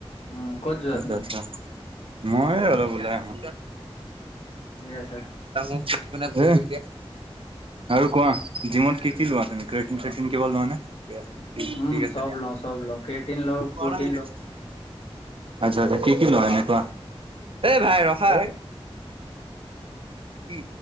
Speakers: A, on the left; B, on the right.
A: উম। ক'ত যোৱা
B: আচ্ছা,
A: তুমি
B: আচ্ছা। মই অলপ ওলাই আহো,
A: ঠিক আছে
B: <unintelligible> <unintelligible> আৰু কোৱা, জিমত কি কি লোৱা তুমি? ক্ৰিয়েটিন-চ্ৰিয়েটিন কিবা লোৱা নে?
A: উম
B: ঠিক আছে
A: চব
B: দিয়া,
A: লওঁ চব লওঁ ক্ৰেটিন লওঁ প্ৰটিন
B: বাৰ মিনিট
A: লওঁ
B: আচ্ছা আচ্ছা, কি কি লোৱা এনে কোৱা? এ ভাই, ৰখা। কি?